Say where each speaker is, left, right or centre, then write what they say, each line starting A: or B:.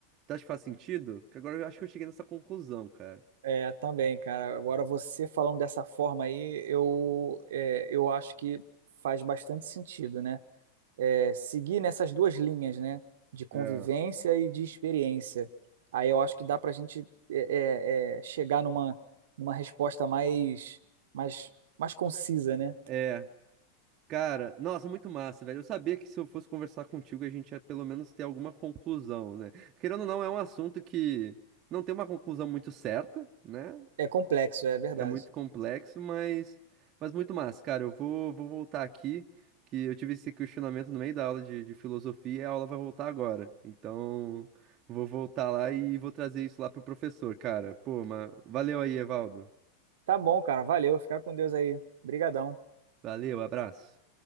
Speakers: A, on the right; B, on the right.
A: Tu acha que faz sentido? Que agora eu acho que eu cheguei nessa conclusão, cara.
B: É, também, cara. Agora você falando dessa forma aí, eu, é, eu acho que faz bastante sentido, né? É, seguir nessas duas linhas, né? De convivência
A: É.
B: e de experiência. Aí eu acho que dá pra gente é, é, é, chegar numa, numa resposta mais, mais, mais concisa, né?
A: É. Cara, nossa, muito massa, velho. Eu sabia que se eu fosse conversar contigo, a gente ia pelo menos ter alguma conclusão, né? Querendo ou não, é um assunto que não tem uma conclusão muito certa, né?
B: É complexo, é verdade.
A: É muito complexo, mas, mas muito massa. Cara, eu vou, vou voltar aqui, que eu tive esse questionamento no meio da aula de, de filosofia e a aula vai voltar agora. Então, vou voltar lá e vou trazer isso lá pro professor, cara. Pô, mas valeu aí, Evaldo.
B: Tá bom, cara. Valeu. Fica com Deus aí. Brigadão.
A: Valeu, abraço.